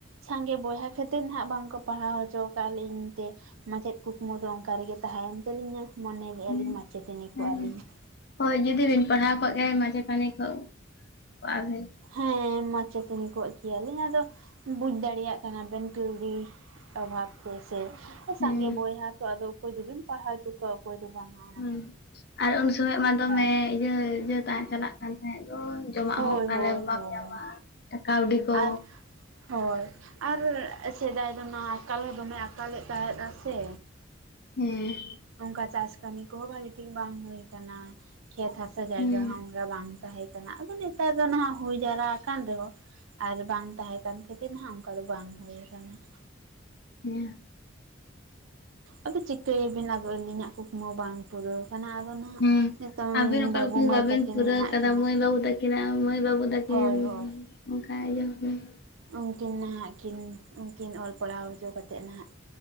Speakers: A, on the right; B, on the left.
A: ᱥᱟᱸᱜᱮ ᱵᱚᱭᱦᱟ ᱠᱷᱟᱹᱛᱤᱨ ᱱᱟᱦᱟᱜ ᱵᱟᱝᱠᱚ ᱯᱟᱲᱦᱟᱣ ᱦᱚᱪᱚ ᱠᱟᱜ ᱞᱤᱧ ᱛᱮ ᱾ ᱢᱟᱪᱮᱫ ᱠᱩᱠᱢᱩ ᱫᱚ ᱚᱱᱠᱟ ᱨᱮᱜᱮ ᱛᱟᱦᱮᱸᱭᱮᱱ ᱛᱟᱹᱞᱤᱧᱟ ᱢᱚᱱᱮᱞᱮᱭᱟ
B: ᱦᱮᱸ
A: ᱞᱤᱧ ᱢᱟᱪᱮᱛᱟᱹᱱᱤ ᱠᱚᱜᱼᱟᱹᱞᱤᱧ
B: ᱦᱮᱸ
A: ᱾
B: ᱦᱳᱭ ᱡᱩᱫᱤ ᱵᱤᱱ ᱯᱟᱲᱦᱟᱣ ᱠᱚᱜ ᱜᱮᱭᱟ ᱢᱟᱪᱮᱛᱟᱹᱱᱤ ᱠᱚ ᱠᱚᱜ ᱟᱵᱮᱱ ᱾
A: ᱦᱮᱸ ᱢᱟᱪᱮᱛᱟᱹᱱᱤ ᱠᱚᱜ ᱜᱮᱭᱟᱞᱤᱧ ᱟᱫᱚ ᱵᱩᱡᱽ ᱫᱟᱲᱮᱭᱟᱜ ᱠᱟᱱᱟ ᱵᱮᱱ ᱠᱟᱹᱣᱰᱤ ᱾ ᱚᱵᱷᱟᱵᱽ ᱛᱮ ᱥᱮ
B: ᱦᱮᱸ
A: ᱥᱟᱸᱜᱮ ᱵᱚᱭᱦᱟ ᱛᱚ ᱟᱫᱚ ᱚᱠᱚᱭ ᱫᱚᱵᱤᱱ ᱯᱟᱲᱦᱟᱣ ᱦᱚᱪᱚ ᱠᱚᱣᱟ ᱚᱠᱚᱭ ᱫᱚ ᱵᱟᱝᱼᱟ ᱾
B: ᱦᱩᱸ ᱟᱨ ᱩᱱ ᱥᱚᱢᱚᱭ ᱢᱟ ᱫᱚᱢᱮ
A: ᱟᱠᱟᱱᱟ
B: ᱤᱭᱟᱹ ᱤᱭᱟᱹ ᱛᱟᱜ ᱪᱟᱞᱟᱜ ᱠᱟᱱ ᱛᱟᱦᱮᱸᱫ ᱫᱚ ᱾ ᱡᱚᱢᱟᱜ
A: ᱦᱳᱭ
B: ᱦᱚᱸ ᱚᱠᱟᱨᱮ
A: ᱦᱳᱭ
B: ᱵᱟᱢ
A: ᱦᱳᱭ
B: ᱧᱟᱢᱟ ᱠᱟᱹᱣᱰᱤ ᱠᱚ,
A: ᱟᱨ ᱦᱳᱭ ᱟᱨ ᱥᱮᱫᱟᱭ ᱫᱚ ᱱᱟ ᱟᱠᱟᱞ ᱦᱚᱸ ᱫᱚᱢᱮ ᱟᱠᱟᱞᱮᱫ ᱛᱟᱦᱮᱸᱫ ᱥᱮ?
B: ᱦᱩᱸ,
A: ᱚᱱᱠᱟ ᱪᱟᱥ ᱠᱟᱹᱢᱤ ᱠᱚᱦᱚᱸ ᱵᱷᱟᱜᱮ ᱴᱷᱤᱠ ᱵᱟᱝ ᱦᱩᱭ ᱠᱟᱱᱟ ᱾ ᱠᱷᱮᱛ ᱦᱟᱥᱟ ᱡᱟᱭᱜᱟ
B: ᱦᱮᱸ
A: ᱦᱚᱸ ᱚᱱᱠᱟ ᱵᱟᱝ ᱛᱟᱦᱮᱸ ᱠᱟᱱᱟ ᱟᱫᱚ ᱱᱮᱛᱟᱨ ᱫᱚ ᱱᱟᱦᱟᱜ ᱦᱩᱭ ᱡᱟᱣᱨᱟ ᱟᱠᱟᱱ ᱨᱮᱦᱚᱸ ᱟᱨ ᱵᱟᱝ ᱛᱟᱦᱮᱸ ᱠᱟᱱ ᱠᱷᱟᱹᱛᱤᱨ ᱦᱟᱜ ᱚᱱᱠᱟ ᱫᱚ ᱵᱟᱝ ᱦᱩᱭ ᱟᱠᱟᱱᱟ ᱾
B: ᱦᱮᱸ,
A: ᱟᱫᱚ ᱪᱤᱠᱟᱹᱭᱟᱵᱤᱱ ᱟᱫᱚ ᱟᱹᱞᱤᱧᱟᱜ ᱠᱩᱠᱢᱩ ᱵᱟᱝ ᱯᱩᱨᱟᱹᱣ ᱠᱟᱱᱟ ᱟᱫᱚ ᱱᱟᱦᱟᱜ
B: ᱦᱮᱸ
A: ᱱᱤᱛᱚᱝ
B: ᱟᱵᱤᱱ ᱚᱠᱟ
A: ᱵᱟᱹᱵᱩ ᱢᱟᱹᱭ
B: ᱵᱟᱵᱤᱱ
A: ᱛᱟᱹᱠᱤᱱ
B: ᱯᱩᱨᱟᱹᱣ
A: ᱢᱮᱱᱟᱜ
B: ᱠᱟᱫᱟ
A: ᱠᱤᱱᱟ
B: ᱢᱟᱹᱭ ᱵᱟᱹᱵᱩ ᱛᱟᱹᱠᱤᱱᱟᱜ ᱢᱟᱹᱭ ᱵᱟᱹᱵᱩ ᱛᱟᱹᱠᱤᱱ,
A: ᱦᱳᱭ ᱦᱳᱭ
B: ᱚᱱᱠᱟ ᱤᱭᱟᱹ ᱠᱚ ᱾
A: ᱩᱱᱠᱤᱱ ᱱᱟᱦᱟᱜ ᱠᱤᱱ ᱩᱱᱠᱤᱱ ᱚᱞ ᱯᱟᱲᱦᱟᱣ ᱦᱚᱪᱚ ᱠᱟ ᱠᱟᱛᱮᱫ ᱱᱟᱦᱟᱜ